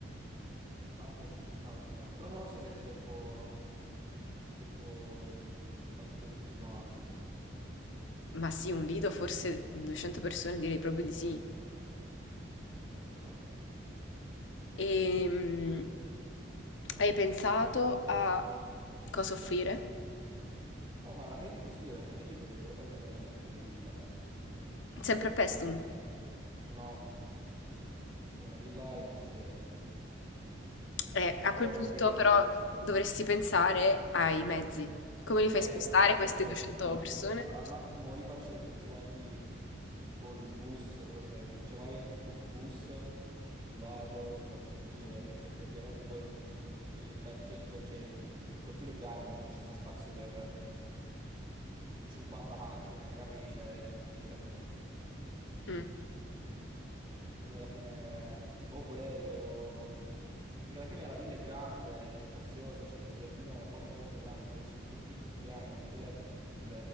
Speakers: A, on the right; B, on the left.
A: Ah, boh, sì, ci sta, ci sta. Però non lo so se, se può... Se può mm, ospitare tutti quanti.
B: Ma sì, un lido, forse 200 persone, direi proprio di sì.
A: Ah, boh, ci sta.
B: Ehm, hai pensato a cosa offrire?
A: Oh, ma alla fine ti posso dire, alla fine li potrei pure far venire alla- nella mia villa.
B: Sempre a Paestum.
A: No, ho una villa in costiera.
B: Eh, a
A: Però
B: quel punto
A: che,
B: però dovresti pensare ai mezzi. Come li fai
A: eh,
B: spostare
A: capi quello che ti
B: queste
A: sto dicendo,
B: 200
A: non li faccio
B: persone?
A: spostare. Al massimo o li faccio venire tutti quanti col bus, però mi pare brutto. Cioè, magari affitto un bus privato e li faccio venire, perché effettivamente poi non- in- nel cancello, cioè cioè il, il cortile è grande, ma non ci sta spazio per 50 macchine, capi? Cioè, è difficile.
B: Mm.
A: Quindi alla fine o quello, perché alla fine la villa è grande, è spaziosa, c'è il giardino è molto molto grande, sei su più, più piani, con anche il- il-